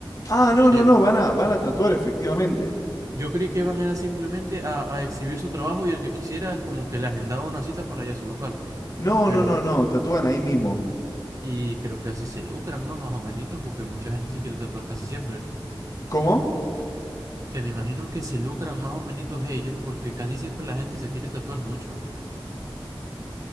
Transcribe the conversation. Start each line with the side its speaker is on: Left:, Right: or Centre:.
Left: Ah, no,
Right: O sea,
Left: no, no,
Right: yo,
Left: van a, van a tatuar efectivamente.
Right: yo creí que iban era simplemente a, a exhibir su trabajo y el que quisiera como que le agendaba una cita para allá a su local.
Left: No,
Right: Pero,
Left: no, no,
Right: Bertal,
Left: no, tatúan ahí mismo.
Right: y creo que así se lucran, ¿no? Más o menos, porque mucha gente se quiere tatuar casi siempre.
Left: ¿Cómo?
Right: Que me imagino que se lucran más o menos ellos porque casi siempre la gente se quiere tatuar mucho.